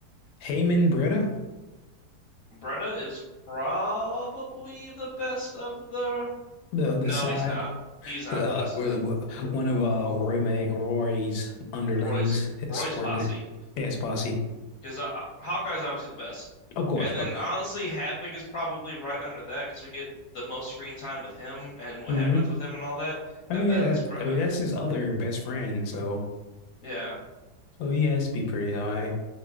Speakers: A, on the left (about 80°); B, on the left (about 60°).
A: Haman Breda,
B: Bretta is probably the best of the.
A: the the
B: No,
A: side
B: he's not. He's not
A: uh,
B: the best of the
A: one of uh, roommate Rory's underlings,
B: Roy's
A: his
B: Roy's
A: subordinate,
B: posse
A: his posse.
B: because uh, Hawkeye's obviously the best,
A: Of course.
B: and
A: What?
B: then honestly, Havoc is probably right under that because we get the most screen time with him and what
A: hmm
B: happens with him and all that,
A: I
B: and
A: mean,
B: then
A: uh,
B: it's Bretta.
A: I mean that's his other best friend. So,
B: Yeah.
A: so he has to be pretty high.